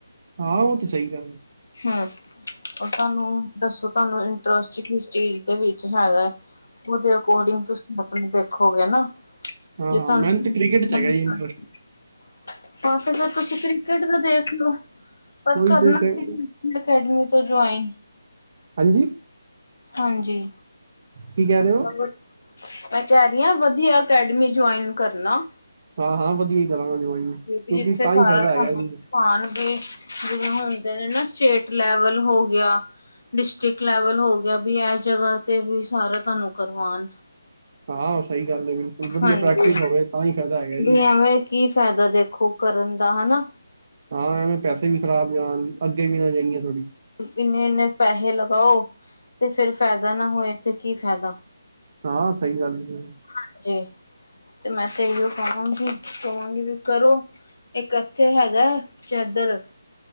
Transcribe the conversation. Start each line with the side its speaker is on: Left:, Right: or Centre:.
Right: ਹਾਂ ਉਹ ਤੇ ਸਹੀ ਗੱਲ ਹੈ।
Left: ਹੂੰ, ਉਹ ਤੁਆਨੂੰ ਦੱਸੋ ਤੁਆਨੂੰ ਇੰਟਰਸਟ ਕਿਸ ਚੀਜ਼ ਦੇ ਵਿੱਚ ਹੈਗਾ ਹੈ? ਉਹਦੇ ਅਕੋਰਡਿੰਗ ਤੁਸੀਂ ਮਤਲਬ ਦੇਖੋਗੇ ਨਾ।
Right: ਹਾਂ-ਹਾਂ
Left: ਜੇ ਤੁਹਾਨੂੰ
Right: ਮੈਨੂੰ ਤੇ ਕ੍ਰਿਕਟ
Left: <unintelligible>
Right: 'ਚ ਹੈਗਾ ਜੀ ਇੰਟਰਸਟ
Left: ਹਾਂ ਤੇ ਫੇਰ ਤੁਸੀਂ ਕ੍ਰਿਕਟ ਦਾ ਦੇਖ ਲਓ। ਪਰ
Right: ਉਹੀ
Left: ਕਰਨਾ
Right: ਤੇ ਕਹਿ
Left: ਕਿਸੀ ਅਕੈਡਮੀ ਤੋਂ ਜੋਆਈਨ।
Right: ਹਾਂਜੀ
Left: ਹਾਂਜੀ,
Right: ਕੀ ਕਹਿ ਰਹੇ
Left: ਅਪਣਾ
Right: ਹੋ?
Left: ਮੈਂ ਕੇਹ ਰਈ ਆ, ਵਧੀਆ ਅਕੈਡਮੀ ਜੂਆਇਨ ਕਰਨਾ।
Right: ਹਾਂ-ਹਾਂ ਵਧੀਆ ਈ ਕਰਾਂਗਾ ਜੋਆਇਨ, ਕਿਉਂਕਿ
Left: ਵੀ ਜਿੱਥੇ
Right: ਤਾਂ
Left: ਸਾਰਾ
Right: ਹੀ ਫਾਇਦਾ
Left: ਤੁਹਾਨੂੰ
Right: ਹੈਗਾ ਜੀ।
Left: ਹਾਂਜੀ ਜਿਵੇਂ ਹੁੰਦੇ ਨੇ ਨਾ, ਸਟੇਟ ਲੈਵਲ ਹੋ ਗਿਆ। ਡਿਸਟ੍ਰਿਕਟ ਲੈਵਲ ਹੋ ਗਿਆ, ਵੀ ਏਹ ਜਗ੍ਹਾ ਤੇ ਵੀ ਸਾਰਾ ਤੁਹਾਨੂੰ ਕਰਵਾਉਣ।
Right: ਹਾਂ ਸਈ ਗੱਲ ਹੈ ਬਿਲਕੁਲ, ਵਧੀਆ
Left: ਹਾਂਜੀ
Right: ਪ੍ਰੈਕਟਿਸ ਹੋਵੇ, ਤਾਂ ਹੀ ਫਾਇਦਾ ਹੈਗਾ
Left: ਵੀ
Right: ਜੀ।
Left: ਐਵੇਂ ਕੀ ਫਾਇਦਾ ਦੇਖੋ ਕਰਨ ਦਾ ਹਨਾ?
Right: ਹਾਂ ਐਵੇਂ ਈ ਪੈਸੇ ਵੀ ਖ਼ਰਾਬ ਜਾਣ, ਅੱਗੇ ਵੀ ਨਾ ਜਾਈਏ ਥੋੜੀ।
Left: ਏਨੇ- ਏਨੇ ਪੈਹੇ ਲਗਾਓ ਤੇ ਫੇਰ ਫਾਇਦਾ ਨਾ ਹੋਏ ਤੇ ਕੀ ਫੈਦਾ।
Right: ਹਾਂ ਸਈ ਗੱਲ ਏ।
Left: ਹਾਂਜੀ, ਤੇ ਮੈਂ ਤੇ ਇਹੋ ਕਹਾਂਗੀ, ਕਹਾਂਗੀ ਵੀ ਕਰੋ ਇੱਕ ਐਥੇ ਹੈਗਾ ਚਾਦਰ